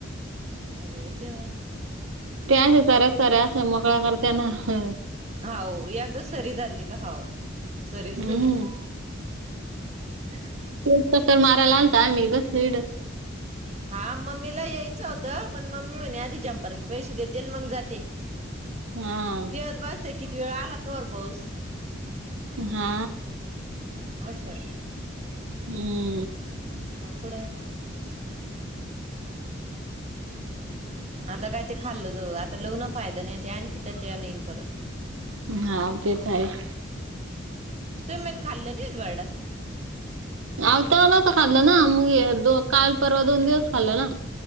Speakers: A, on the right; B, on the right.
A: अरेे देवा!
B: त्यांनी सऱ्या सऱ्या अस मोकळ्या करतेना. हा
A: होव. एकदा सरी धरली का हाव सरीच
B: हम्म.
A: धरिते. <inaudible>
B: <inaudible> चक्कर मारायला आलता आम्ही बसलोय इकडंचं.
A: हा मम्मीला यायचं होतं पण मम्मी म्हणे आधी झम्परचे पैसे देते अण मंग जाते.
B: हम.
A: तेच बस किती वेळ आला तोवर पाऊस.
B: हा.
A: हजर
B: हम्म!
A: मगं पुढ आता काय ते खाल्ल आता लव्न पाहियं नाही ते आण की त्याच्या नन परत
B: हा ते यच
A: तु मन खाल्लं नाही येल वर्डात
B: आताला तर खाल्लं ना मग दो काल परवा दोन दिवस खाल्ल ना